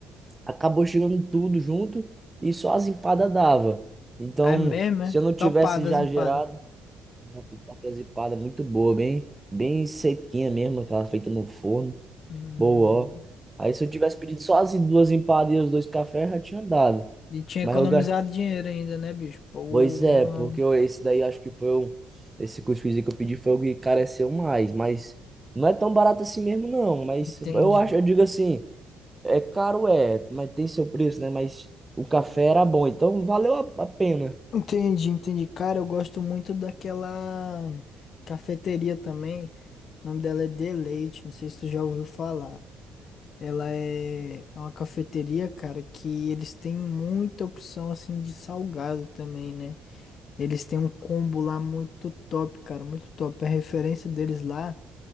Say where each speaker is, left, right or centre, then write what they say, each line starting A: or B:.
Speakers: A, on the right; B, on the left.
A: acabou chegando tudo junto e só as empadas dava. Então,
B: É mesmo,
A: se
B: é?
A: eu não tivesse
B: Topadas
A: já
B: empadas.
A: gerado, uma pitaca empadas é muito boa, bem, bem sequinha mesmo, aquela feita no forno.
B: Hum,
A: Boa, ó. Aí se eu tivesse pedido só as duas empadas e os dois cafés, já tinha dado.
B: e tinha
A: Mas
B: economizado
A: eu... ga-
B: dinheiro ainda, né, bicho? Porra,
A: Pois é, porque eu- esse daí acho que foi o... Esse cuscuzinho que eu pedi foi o que careceu mais. Mas não é tão barato assim mesmo, não. Mas
B: entendi.
A: eu acho, eu digo assim, é caro, é, mas tem seu preço, né? Mas o café era bom, então valeu a, a pena.
B: Entendi, entendi. Cara, eu gosto muito daquela cafeteria também. O nome dela é Deleite, não sei se tu já ouviu falar. Ela é é uma cafeteria, cara, que eles têm muita opção assim de salgado também, né? Eles têm um combo lá muito top, cara, muito top. A referência deles lá.